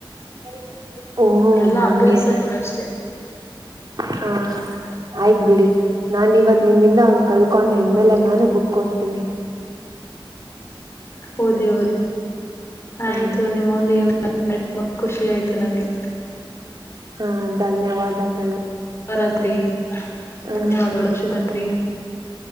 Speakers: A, on the right; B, on the left.
A: <unintelligible>
B: ಅದೆಲ್ಲ
A: ಹಂಗೆ
B: ಅಭ್ಯಾಸಗಳುಷ್ಟೆ.
A: ಹಾ ಆಯ್ತ್ ಬಿಡಿ ನಾ ಇವತ್ ನಿಮಿಂದ. ಕಲ್ಕೊಂಡು ಇನ್ಮೇಲೆ
B: ಹೌದು
A: ನಾನು ಬುಕ್ ಓದ್ತೀನಿ.
B: ಓದಿ ಓದಿ
A: ಹ
B: ಆಯ್ತು ನಿಮ್ಮೊಂದಿಗೆ. ಮತ್ತ ನಡಿತ ವಾ ಖುಷಿ ಆಯ್ತು ನಂಗೆ.
A: ಹಾ ಧನ್ಯವಾದಗಳು.
B: ಶುಭರಾತ್ರಿ
A: ಹ
B: ಧನ್ಯವಾದಗಳು ಶುಭಾತ್ರಿ.